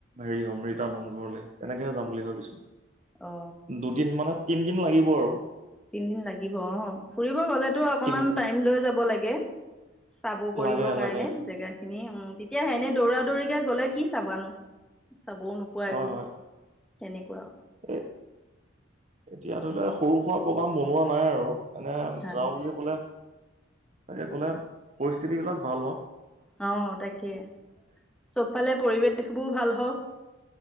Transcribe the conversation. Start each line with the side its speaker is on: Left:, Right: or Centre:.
Right: হেৰি হ'ম ৰিটাৰ্ণ হ'ম ঘৰলৈ তেনেকেহে যাম বুলি ভাবিছো।
Centre: অ।
Right: দুদিন মানত তিনদিন লাগিব আৰু।
Centre: তিনদিন লাগিব অঁ, ফুৰিবলৈ গলেতো অকমান
Right: তিন
Centre: টাইম লৈ যাব লাগে। চাব কৰিবৰ
Right: লাগে
Centre: কাৰণে
Right: লাগে
Centre: জেগা খিনি উম, তেতিয়া এনেই দৌৰা দৌৰিকে গ'লে কি চাবনো চাবও নোপোৱা
Right: হয়
Centre: একো।
Right: হয়
Centre: তেনেকুৱা।
Right: এ এতিয়া ধৰি লোৱা সৰু সুৰা প্ৰগ্ৰাম বনোৱা নাই আৰু। এনে
Centre: হা
Right: যাওঁ বুলি ক'লে তাকে ক'লে পৰিস্থিতিবিলাক ভাল হওক।
Centre: অঁ তাকে চ'বফালে পৰিৱেশ বোৰ ভাল হওক।